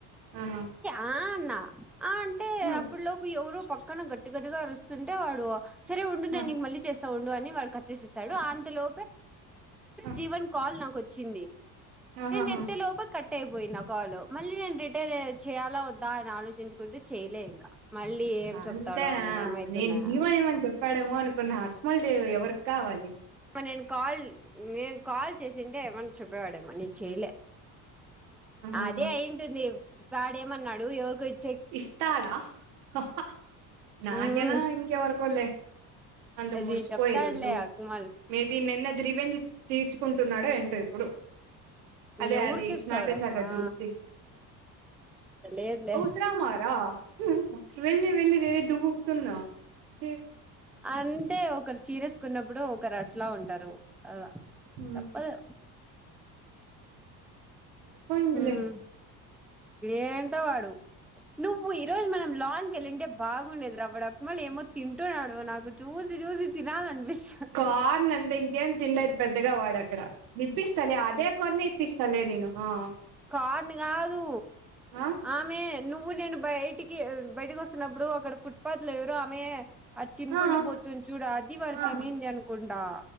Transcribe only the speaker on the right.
ఆహా
హ్మ్
ఆ
అ
ఆహాహా
అంతే
ఆ
నేను జీవనేఏమన్
చెప్ చెప్పాడేమో అనుకున్న అత్మల్ దేవ్ ఎవరికి కావాలి
ఆహాహా
ఇస్తాడా హ హ నాకేనా
ఇంకా ఎవరికోలే అందు
మురిసిపోయేది
వద్దు
మే బి నిన్న ద్రివెంజి తీర్చుకుంటున్నాడు ఏంటో ఇప్పుడు అదే
అది స్నాప్ ఏసాగా
చూసి
<unintelligible> వెళ్లి వెళ్ళి వేరే దూకుతున్న చి
హు
సరి పోయిందిలే
కాన్ అంతే ఇంకా ఏం తినలేదు పెద్దగా వాడు ఆ అక్కడ ఇప్పిస్తాలే అదే కోని ఇప్పిస్తాలే నేను ఆహా
ఆ
ఆ
ఆ